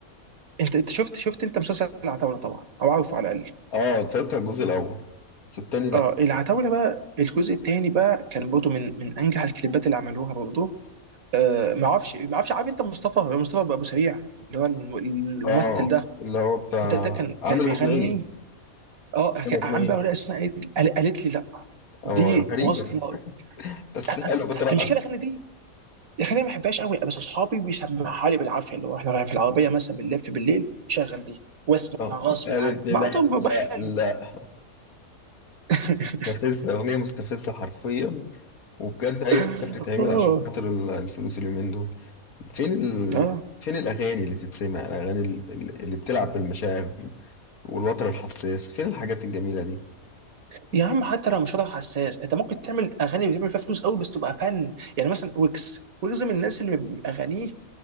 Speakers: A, on the right (about 75°); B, on the left (about 85°).
A: انت انت شفت شفت انت مسلسل العتاوله طبعا او عارفه على الاقل
B: اه اتفرجت على الجزء الاول بس التاني لا
A: اه العتاوله بقى الجزء الثاني بقى كان برضه من من انجح الكليبات اللي عملوها برضه آه ما اعرفش ما اعرفش عارف انت مصطفى مصطفى ابو سريع اللي هو الم- الممثل
B: اه
A: ده
B: اللي هو بتاع
A: ده, ده كان
B: عامل
A: كان بيغني
B: اغنيه
A: اه كان
B: عامل اغنيه
A: عم بقى ولا اسمها ايه دي؟ قال- قالت لي لا
B: اه
A: دي
B: غريبة
A: واصله
B: بس
A: آه، آه،
B: حلو بترقص
A: المشكله الاغاني دي الاغاني ما بحبهاش قوي بس اصحابي بيسمعها لي بالعافيه اللي هو احنا رايحين في العربيه مثلا بنلف بالليل شغل دي واسمع
B: اه
A: غصب
B: قالت
A: عني
B: لي
A: بعضهم
B: لا
A: بيبقى
B: لا
A: حلو
B: لا
A: <laughs>
B: مستفزة اغنية مستفزة حرفيا وبجد اي
A: اه
B: حاجة بتتعمل عشان خاطر ال- الفلوس اليومين دول فين ال...
A: اه
B: فين الاغاني اللي تتسمع الاغاني ال- ال- اللي بتلعب بالمشاعر والوتر الحساس فين الحاجات الجميلة دي
A: يا عم حتى لو مش هتعرف حساس انت ممكن تعمل اغاني بتعمل فيها فلوس قوي بس تبقى فن يعني مثلا ويجز ويجز من الناس اللي بيبقى اغانيه